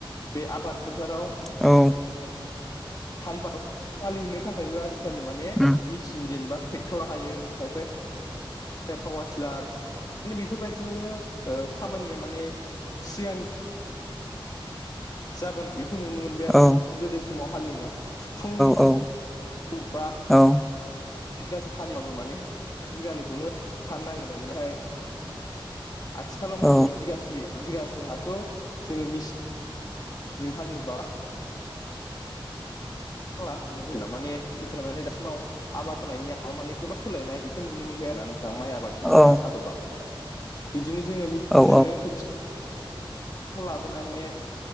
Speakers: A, on the left (about 45°); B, in the centre.
A: बे आबाद फोथाराव
B: औ
A: हाल एवनो थाखायबो आजिखालि माने
B: उम
A: मेसिन जेनेबा ट्रेक्टर हायो खायफाया पावार टिलार माने बेफोरबायदिजोंनो खामानिया माने सिगांनि जाबोनाय बेखौ नुनो मोनबाय आरोना
B: औ
A: गोदो समाव हालेवनाया फुंनिफ्राय
B: औ
A: बा
B: औ
A: बिगासिम हालिबाबो माने बिगानैखौनो हानो नागिरो मानेहाय आथिखालाव
B: औ
A: मा जाखो बिगासे बिगासे हाखौ जोङो मिसिन हाले एवोबा होननानै बुना माने बेनिफ्राय माने दासिमाव आबाद मावनायनि आबा माने गोबां सोलायनाय बेखौ नुनो मोनबाय आरो ना नोंथां माइ आबाद
B: औ
A: मावनाया आदबा बिदिनो जोङो मिसिनजोंनो
B: औ
A: खोथि लाबोनानै